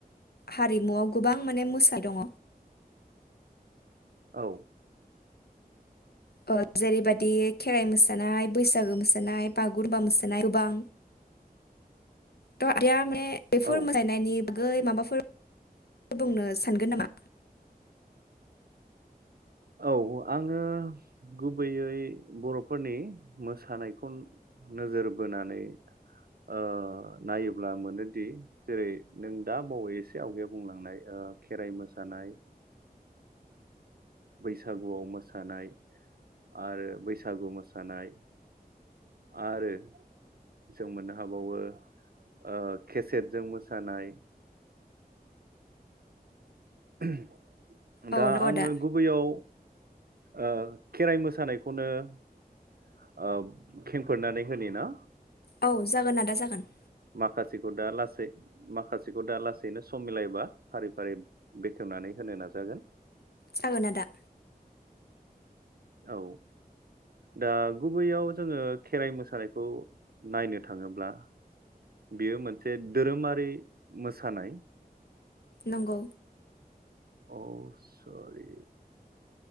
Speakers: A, on the left; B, on the right.
A: हारिमुआव गोबां माने मोसा दङ
B: औ।
A: ओ जेरैबायाददि खेराइ मोसानाय बैसागो मोसानाय बागुरुम्बा मोसानाय गोबां थ आदाया माने बेफोर
B: औ
A: मोसानायनायनि बागै माबाफोर बुंनो सानगोन नामा?
B: औ आङो गुबैयै बर'फोरनि मोसानायखौ नोजोर बोनानै ओ नायोब्ला मोनोदि जेरै नों दा बावै एसे आवगायाव बुंलांनाय खेराइ मोसानाय बैसागुआव मोसानाय आरो बैसागु मोसानाय आरो जों मोननो हाबावो ओ केसेटजों मोसानाय <inaudible>
A: औ
B: दा
A: नंगौ
B: आङो
A: आदा
B: गुबैयाव ओ खेराइ मोसानायखौनो ओ खेंफोरनानै होनि ना?
A: औ जागोन आदा जागोन।
B: माखासेखौ दा लाै माखासेखौ दा लासैनो सम मिलायबा फारि-फारि बेखेवनानै होनो नाजागोन।
A: जागोन आदा।
B: औ दा गुबैयाव जोङो खेराइ मोसानायखौ नायनो थाङोब्ला बेयो मोनसे धोरोमारि मोसानाय।
A: नंगौ
B: औ सरि